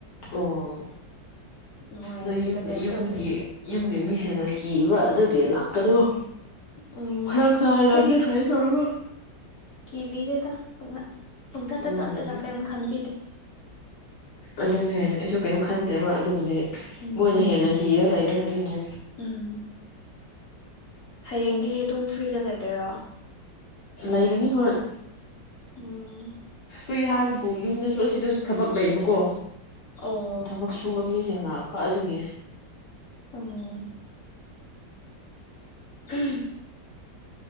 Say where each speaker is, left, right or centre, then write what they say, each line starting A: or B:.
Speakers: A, on the left; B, on the left.
A: ꯑꯣ
B: ꯅꯨꯡꯉꯥꯏꯕꯅꯤꯗ
A: ꯅꫭꯏ ꯌꯨꯝ
B: ꯀꯩꯝ
A: ꯌꯨꯝꯒꯤ
B: ꯇꯧꯗꯦ
A: ꯌꯨꯝꯒꯤ ꯃꯤꯁꯤꯡꯅ ꯀꯤꯕ ꯑꯗꯨꯒꯤ ꯂꯥꯛꯀꯗꫭ
B: ꯎꯝ
A: ꯐ꯭ꯔꯛ
B: ꯑꯩꯈꯣꯏꯗꯤ
A: ꯇꯥꯔꯝꯅꯦ ꯒꯥꯔꯤ ꯑꯆꯥꯎꯕ <unintelligible>
B: ꯀꯤꯕꯤꯗ‌ꯦꯗ ꯄꯨꯡꯉꯥꯛ ꯄꯪꯆꯠꯇ
A: ꯎꯝ
B: ꯆꯠꯂꯦꯗ ꯀꯩꯝ ꯈꯟꯕꯤꯗ‌‌ꯦ
A: ꯑꯗꯨꯅꯦ ꯑꯩꯁꯨ ꯀꯩꯝ ꯈꯟꯗꯦꯕ ꯑꯗꯨꯕꯨꯗꯤ
B: ꯎꯝ
A: ꯃꯣꯏꯅ ꯍꯦꯟꯅ ꯀꯤꯔ ꯂꯩꯔꯦ ꯑꯗꯨꯒꯤꯅꯦ
B: ꯎꯝ ꯍꯌꯦꯡꯗꯤ ꯑꯗꯨꯝ ꯐ꯭ꯔꯤꯗ ꯂꯩꯗꫭꯏꯔꯣ
A: ꯂꯩꯒꯅꯤ ꯍꯣꯏ
B: ꯎꯝ꯫
A: ꯐ꯭ꯔꯤ ꯍꯥꯏꯕꯕꯨ ꯌꯨꯝꯗꯁꯨ ꯑꯁꯤꯗꯁꯨ ꯊꯕꯛ ꯂꯩꯕꯀꯣ
B: ꯑꯣ
A: ꯊꯕꯛ ꯁꯨꯕ ꯃꯤꯁꯤꯡ ꯂꯥꯛꯄ ꯑꯗꯨꯒꯤ
B: ꯆꯨꯝꯃꯦ <inaudible>